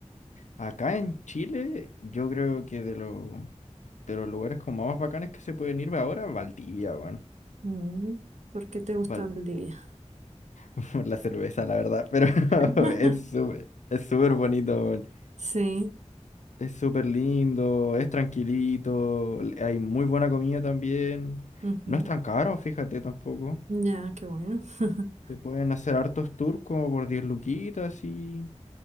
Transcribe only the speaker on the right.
Mm, ¿Por qué te gusta
Bolivia?
<laughs>
Sí,
ujú.
Ya, qué bueno. <laughs>